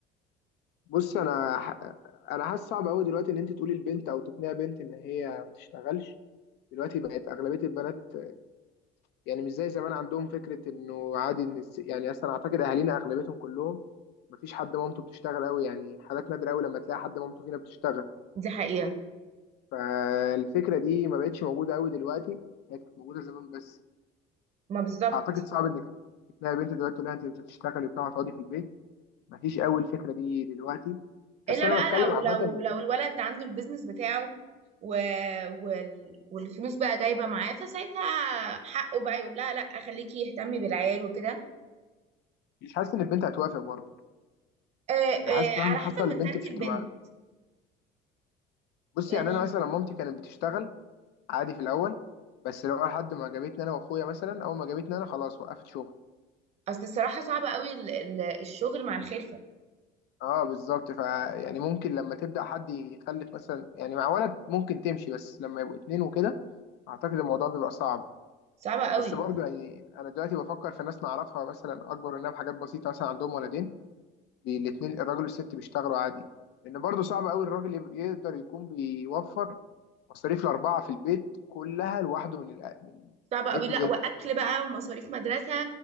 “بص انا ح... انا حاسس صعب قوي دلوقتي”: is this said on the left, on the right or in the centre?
Left